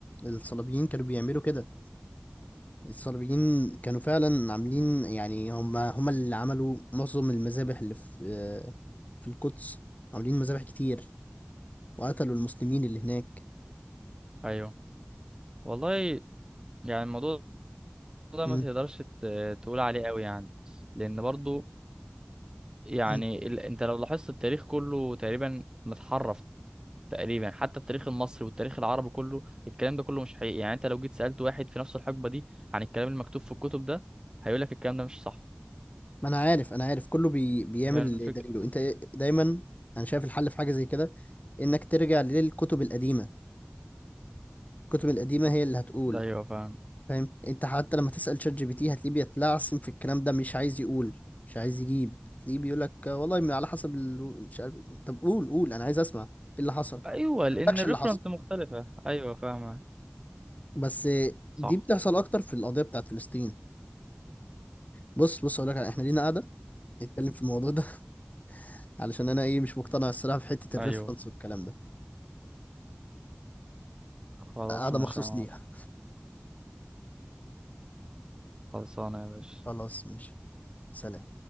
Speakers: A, on the left (about 40°); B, on the right (about 20°).
A: الصليبيين كانوا بيعملوا كده الصليبيين كانوا فعلا عاملين يعني هم هم اللي عملوا معظم المذابح اللي في آه، في القدس عاملين مذابح كتير وقتلوا المسلمين اللي هناك
B: ايوه والله يعني الموضوع ده
A: مم.
B: ما تقدرش ت- تقول عليه قوي يعني لان برضو يعني
A: مم.
B: ال... انت لو لاحظت التاريخ كله تقريبا متحرف تقريبا حتى التاريخ المصري والتاريخ العربي كله الكلام ده كله مش حقيقي يعني انت لو جيت سألت واحد في نفس الحقبة دي عن الكلام المكتوب في الكتب ده هيقول لك الكلام ده مش صح
A: ما انا عارف انا عارف كله بي بيعمل
B: فاهم
A: اللي
B: الفكرة
A: دليله انت دايما انا شايف الحل في حاجة زي كده انك ترجع للكتب القديمة الكتب القديمة هي اللي هتقول
B: ايوه فاهم
A: فاهم انت حتى لما تسأل شات جي بي تي هتلاقيه بيتلعثم في الكلام ده مش عايز يقول مش عايز يجيب تلاقيه بيقول لك والله ما على حسب ال... مش عارف إيه. طب قول قول انا عايز اسمع ايه اللي حصل
B: ايوه لان
A: ما يقولكش
B: الريفرنس
A: اللي حصل
B: مختلفة ايوه فاهمة
A: بس
B: صح
A: دي بتحصل اكتر في القضية بتاعت فلسطين بص بص اقول لك احنا لينا قاعدة نتكلم في الموضوع ده <laughs> علشان انا ايه مش مقتنع الصراحة في حتة الريفرنس
B: ايوه
A: والكلام ده
B: خلاص
A: قاعدة
B: ماشي
A: مخصوص
B: يا معلم
A: ليها
B: خلصانه يا باشا
A: خلاص ماشي سلام